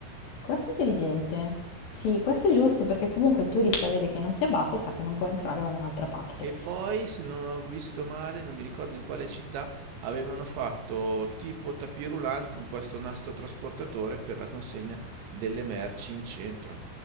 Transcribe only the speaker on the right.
E poi, se non ho visto male, non mi ricordo in quale città, avevano fatto tipo tapis roulant con questo nastro trasportatore per la consegna delle merci in centro.